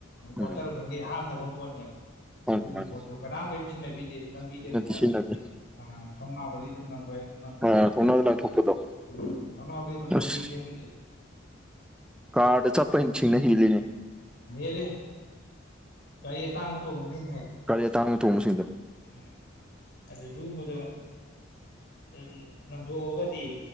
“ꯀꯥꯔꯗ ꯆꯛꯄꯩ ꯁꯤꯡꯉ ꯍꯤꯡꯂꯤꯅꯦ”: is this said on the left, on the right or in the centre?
Centre